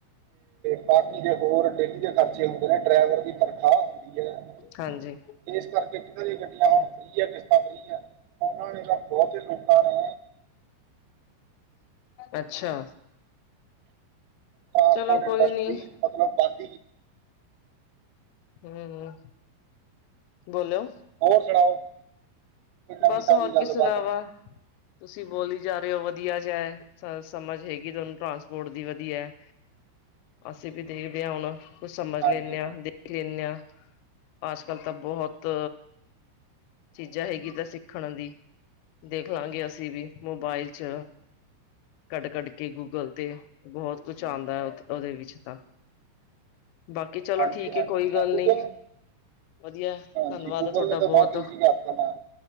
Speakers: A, on the right; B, on the left.
A: ਬਾਕੀ ਦੇ ਹੋਰ ਡੇਲੀ ਦੇ ਖਰਚੇ ਹੁੰਦੇ ਨੇ ਡਰਾਈਵਰ ਦੀ ਤਨਖਾਹ ਹੁੰਦੀ ਹੈ।
B: ਹਾਂਜੀ
A: ਇਸ ਕਰਕੇ ਜਿਹਨਾਂ ਦੀਆਂ ਗੱਡੀਆਂ ਹੁਣ ਫਰੀ ਹੈ, ਕਿਸ਼ਤਾਂ ਫਰੀ ਹੈ ਉਹਨਾਂ ਨੇ ਤਾਂ ਬਹੁਤ ਲੋਕਾਂ ਨੇ
B: ਅੱਛਾ
A: ਟਰਾਂਸਪੋਰਟ
B: ਚਲੋ ਕੋਈ
A: ਇੰਡਸਟਰੀ
B: ਨੀ
A: ਮਤਲਬ ਬਾਕੀ
B: ਹਮ, ਬੋਲੋ
A: ਹੋਰ ਸੁਣਾਓ। ਨਵੀਂ
B: ਬਸ
A: ਤਾਜ਼ੀ
B: ਹੋਰ
A: ਗੱਲਬਾਤ
B: ਕੀ ਸੁਣਾਵਾਂ। ਤੁਸੀਂ ਬੋਲੀ ਜਾ ਰਹੇ ਹੋ ਵਧੀਆ ਜਿਹਾ, ਸਮਝ ਹੈਗੀ ਤੁਹਾਨੂੰ ਟਰਾਂਸਪੋਰਟ ਦੀ ਵਧੀਆ ਹੈ। ਅਸੀਂ ਵੀ ਦੇਖਦੇ ਹਾਂ ਹੁਣ ਕੁਛ ਸਮਝ
A: ਹਾਂਜੀ
B: ਲੈਂਦੇ ਹਾਂ,
A: ਹਾਂਜੀ
B: ਦੇਖ ਲੈਂਦੇ ਹਾਂ। ਅੱਜਕਲ ਤਾਂ ਬਹੁਤ, ਚੀਜ਼ਾਂ ਹੈਗੀ ਤਾਂ ਸਿੱਖਣ ਦੀ, ਦੇਖ ਲਾਂਗੇ ਅਸੀਂ ਵੀ ਮੋਬਾਇਲ ਚ। ਕੱਢ ਕੱਢ ਕੇ ਗੂਗਲ ਤੇ ਬਹੁਤ ਕੁਛ ਆਉਂਦਾ ਹੈ, ਉਹਦੇ ਵਿੱਚ ਤਾਂ। ਬਾਕੀ ਚਲੋ
A: ਹਾਂਜੀ
B: ਠੀਕ
A: ਹਾਂਜੀ
B: ਹੈ ਕੋਈ
A: ਹਾਂ
B: ਗੱਲ
A: ਗੂਗਲ
B: ਨੀ ਵਧੀਆ
A: ਹਾਂਜੀ
B: ਧੰਨਵਾਦ
A: ਗੂਗਲ
B: ਤੁਹਾਡਾ
A: ਨੇ ਤਾਂ
B: ਬਹੁਤ।
A: ਈਜ਼ੀ ਕਰਤਾ ਨਾ